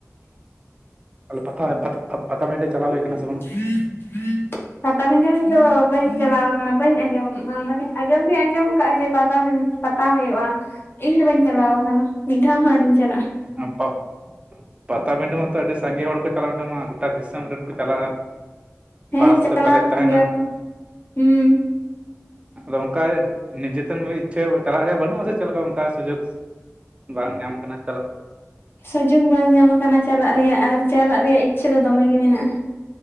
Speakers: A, on the right; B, on the left.
A: ᱟᱮ ᱯᱟ ᱯᱟᱛᱟᱵᱮᱱᱰᱮ ᱪᱟᱞᱟ ᱦᱩᱭ ᱟᱠᱟᱱᱟ ᱥᱮ ᱵᱟᱝ?
B: <inaudible> ᱯᱟᱴᱟᱵᱤᱱᱫᱷᱟ ᱨᱮᱦᱚᱸ ᱛᱚ ᱵᱟᱹᱧ ᱪᱟᱞᱟᱣ ᱠᱟᱱᱟ ᱵᱟᱹᱧ ᱟᱸᱡᱚᱢ ᱢᱟᱱᱮ ᱟᱸᱡᱚᱢ ᱫᱚ ᱟᱸᱡᱚᱢ ᱟᱠᱟᱜᱼᱟ ᱡᱮ ᱯᱟᱴᱟᱵᱤᱸᱫᱷᱟ᱾ ᱯᱟᱛᱟ ᱦᱩᱭᱩᱜᱼᱟ ᱤᱧ ᱫᱚ ᱵᱟᱹᱧ ᱪᱟᱞᱟᱣ ᱟᱠᱟᱱᱟ ᱢᱤᱫ ᱫᱷᱟᱣ ᱦᱚᱸ ᱟᱨᱤᱧ ᱪᱟᱞᱟᱜᱼᱟ᱾
A: <unintelligible> ᱯᱟᱛᱟᱵᱤᱱᱫᱷᱟ ᱢᱟᱛᱚ ᱟᱹᱰᱤ ᱥᱟᱸᱜᱮ ᱦᱚᱲ ᱠᱚ ᱪᱟᱞᱟᱣ ᱟᱰᱮ ᱢᱟ᱾ ᱴᱟ ᱫᱤᱥᱚᱢ ᱨᱮᱱ ᱠᱚ ᱪᱟᱞᱟᱜᱼᱟ,
B: ᱦᱮᱸ
A: ᱵᱟᱥ
B: ᱪᱟᱞᱟᱣ
A: ᱛᱮ ᱯᱮᱨᱮᱡ
B: ᱟᱠᱟᱱ
A: ᱛᱟᱦᱮᱸᱱᱟ᱾
B: ᱜᱮᱭᱟ ᱠᱚ ᱦᱩᱸ
A: ᱟᱫᱚ ᱚᱸᱠᱟ ᱱᱤᱡᱟᱹᱛᱮᱢ ᱤ ᱤᱪᱪᱷᱟᱹᱭ ᱪᱟᱞᱟᱜ ᱨᱮᱭᱟᱜ ᱵᱟᱹᱱᱩᱜᱼᱟ ᱥᱮ ᱪᱮᱫ ᱞᱮᱠᱟ ᱚᱱᱠᱟ ᱥᱩᱡᱳᱜᱽ? ᱵᱟᱝ ᱧᱟᱢᱚᱜ ᱠᱟᱱᱟ ᱪᱟᱞᱟᱜ?
B: ᱥᱩᱡᱳᱜᱽ ᱵᱟᱝ ᱧᱟᱢ ᱟᱠᱟᱱᱟ ᱪᱟᱞᱟᱜ ᱨᱮᱭᱟᱜ ᱟᱨ ᱪᱟᱞᱟᱜ ᱨᱮᱭᱟᱜ ᱤᱪᱪᱷᱟᱹ ᱫᱚ ᱫᱚᱢᱮ ᱜᱮ ᱢᱮᱱᱟᱜᱼᱟ᱾